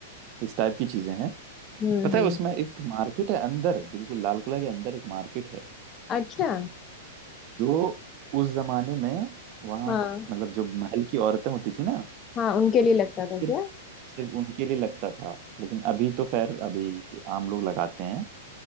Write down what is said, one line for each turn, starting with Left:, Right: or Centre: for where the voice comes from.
Right: इस टाइप की चीजें हैं
Left: हम्म
Right: पता
Left: हम्म
Right: है उसमें एक मार्केट है अंदर बिल्कुल लाल किला के अंदर एक मार्केट है
Left: अच्छा
Right: जो उस जमाने में वहाँ
Left: हाँ
Right: मतलब जो महल की औरतें होती थी ना
Left: हाँ उनके लिए लगता था
Right: सिर्फ
Left: क्या
Right: सिर्फ उनके लिए लगता था लेकिन अभी तो खैर अभी आम लोग लगाते हैं